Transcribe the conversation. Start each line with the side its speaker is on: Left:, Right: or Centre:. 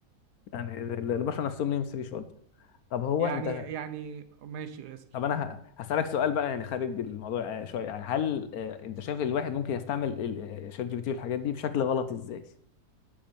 Left: يعني ال- البشر نفسهم ليهم ثريشولد طب هو
Right: يعني
Left: أنت
Right: يعني ماشي اسأل
Left: طب أنا ه- هسألك سؤال بقى يعني خارج الموضوع آه، شوية يعني هل آه، أنت شايف الواحد ممكن يستعمل ال- آه، شات جي بي تي والحاجات دي بشكل غلط إزاي؟